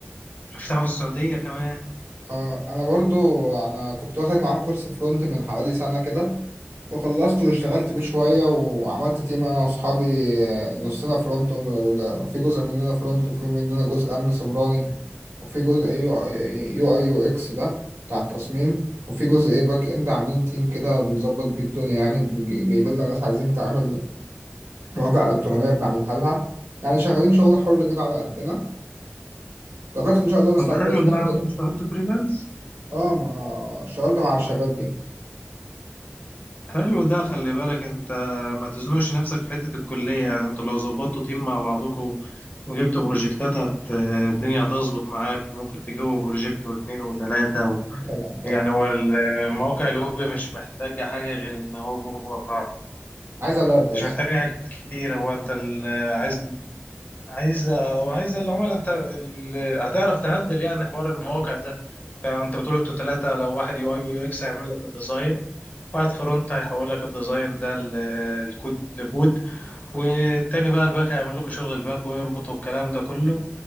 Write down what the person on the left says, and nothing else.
فتحوا في السعوديه كمان
طب حلو
ده
انا اشتغلت فريلانس
حلو ده خلي بالك انت ما تزنقش نفسك في حتة الكلية يعني انتوا لو ظبطتوا تيم مع بعضكم وجبتوا بروجكتات هت... الدنيا هتظبط معاك وممكن تجيبوا بروجكت واتنين وتلاتة و...
يعني هو المواقع الويب مش محتاجة حاجة غير ان هو
مش محتاجة حاجة كتير هو انت ال... عايز عايز وعايز العملاء انت ال... هتعرف تهندل يعني حوار المواقع ده فانت بتقول انتوا تلاتة لو واحد يو اي ويو اكس هيعمل لك الديزاين واحد فرونت هيحول لك الديزاين ده ل- الكود لكود والتاني بقى الباك هيعمل لكم شغل الباك ويربطوا الكلام ده كله